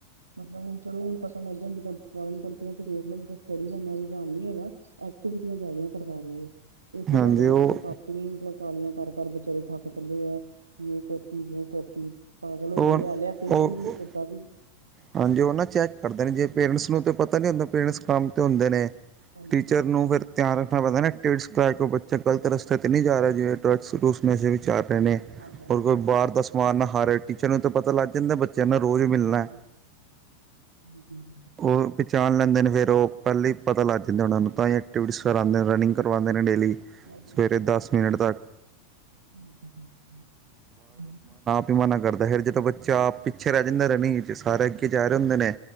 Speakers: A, on the right; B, on the right.
A: ਮਤਲਬ ਹੁਣ ਚਲੋ ਹੁਣ ਫਸਲ ਲੈ ਜਾਂ <inaudible> <unintelligible> ਦੇਖ ਲਓ ਸਟੱਡੀ ਦਾ ਰੁਝਾਣ‌ ਨੀਂ ਹੇਗਾ, ਐਕਵਿਟੀਆਂ ਜਾਦਾ ਕਰਵਾ ਰਹੇ ਐ। ਇਥੇ
B: ਹਾਂਜੀ
A: ਸਾਡੇ ਵਿੱਚ
B: ਉਹ
A: ਕਾਪ <unintelligible> ਮਤਲਬ ਕਾਲੀਆਂ ਕਰ ਕਰ ਵਿਚਾਰੇ ਥੱਕ ਚੱਲੇ ਏ, ਦੇ ਕਾਪੀ ਵੂ ਕਾਪੀ ਪਾਗਲ ਹੋ
B: ਉਹ
A: ਕੇ, ਲਿਆ-ਲਿਆ ਕੇ ਵੀ,
B: ਉਹ
A: ਓਦਾਂ ਵੀ।
B: ਹਾਂਜੀ ਉਹ ਨਾ ਚੈੱਕ ਕਰਦੇ ਨੇਂ, ਜੇ ਪੇਰੈਂਟਸ ਨੂੰ ਤਾਂ ਪਤਾ ਨਈਂ ਹੁੰਦਾ, ਪੇਰੈਂਟਸ ਕੰਮ ਤੇ ਹੁੰਦੇ ਨੇਂ।
A: ਹਾਂਜੀ
B: ਟੀਚਰ ਨੂੰ ਫਿਰ ਧਿਆਨ ਰੱਖ ਪੈਂਦਾਂ ਨਾਂ ਟੇਡਸ ਕਰ ਕੋ ਬੱਚਾ ਗਲਤ ਰਸਤੇ ਤੇ ਨਹੀਂ ਜਾ ਰਿਹਾ ਜਿਵੇਂ ਡਰਗਸੂਸ ਮੈੇ ਵਿਚ ਚਰ ਰਹੇ ਨੇਂ।
A: ਹਾਂਜੀ
B: ਹੋਰ
A: ਹਾਂਜੀ
B: ਕੋਈ
A: ਬਹੁਤ-
B: ਬਾਹਰ ਦਾ ਸਮਾਨ ਨਾਂ ਖਾ ਰੇ ਟੀਚਰ ਨੂੰ ਤਾਂ ਪਤਾ ਲੱਗ ਜਾਂਦਾ, ਬੱਚਿਆਂ ਨੂੰ ਰੋਜ਼ ਮਿਲਣਾ।
A: ਹਂ
B: ਉਹ ਪਹਿਚਾਣ ਲੈਂਦੇ ਨੇਂ, ਫਿਰ ਉਹ ਪਹਿਲਾਂ ਹੀ ਪਤਾ ਲੱਗ ਜਾਂਦਾ ਉਹਨਾਂ ਨੂੰ ਤਾਂ ਹੀ ਐਕਟੀਵਿਟੀਜ਼ ਕਰਉਂਦੇ ਨੇਂ, ਰਨਿੰਗ ਕਰਵਾਉਂਦੇ ਨੇ ਡੇਲੀ।
A: ਹਾਂਜੀ
B: ਸਵੇਰੇ
A: ਹਾਂਜੀ,
B: ਦਸ ਮਿੰਟ ਤੱਕ
A: ਠੀਕ ਆ, ਠੀਕ ਐ।
B: ਵੀ ਮਨਾਂ ਕਰਦਾ, ਫਿਰ ਜਦੋਂ ਬੱਚਾ ਆਪ ਪਿੱਛੇ ਰਹਿ ਜਾਂਦਾ ਰਨਿੰਗ ਇਚ, ਸਾਰੇ ਅੱਗੇ ਜਾ ਰਹੇ ਹੁੰਦੇ ਨੇਂ।